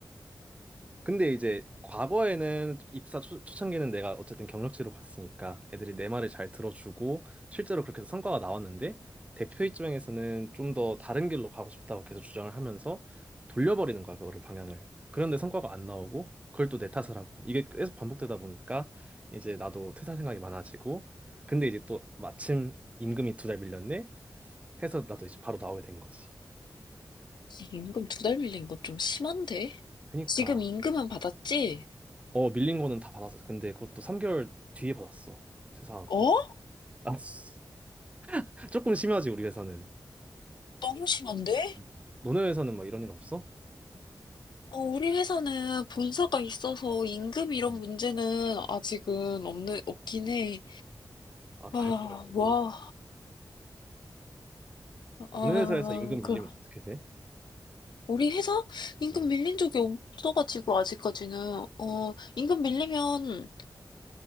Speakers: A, on the right; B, on the left.
A: 근데 이제 과거에는 입사 초, 초창기는 내가 어쨌든 경력직으로 갔으니까 애들이 내 말을 잘 들어주고 실제로 그렇게 해서 성과가 나왔는데 대표 입장에서는 좀 더 다른 길로 가고 싶다고 계속 주장을 하면서 돌려버리는 거야, 그거를 방향을. 그런데 성과가 안 나오고 그걸 또 내 탓을 하고 이게 계속 반복되다 보니까 이제 나도 퇴사 생각이 많아지고 근데 이제 또 마침 임금이 두 달 밀렸네 해서 나도 이제 바로 나오게 된 거지.
B: 임금 두 달 밀린 거 좀 심한데?
A: 그니까
B: 지금 임금은 받았지?
A: 어 밀린 거는 다 받았어. 근데 그것도 3개월 뒤에 받았어. 퇴사하고.
B: 어?
A: 아, <laughs> 조금 심하지, 우리 회사는.
B: 너무 심한데?
A: 음, 너네 회사는 막 이런 일 없어?
B: 어, 우리 회사는 본사가 있어서 임금 이런
A: 음.
B: 문제는 아직은 없는, 없긴 해.
A: 아, 다행이다,
B: 아,
A: 그래도.
B: 와, 아,
A: 너네 회사에서 임금
B: 그,
A: 밀리면 어떻게 돼?
B: 우리 회사? 임금
A: 어.
B: 밀린 적이 없어가지고, 아직까지는. 어, 임금 밀리면,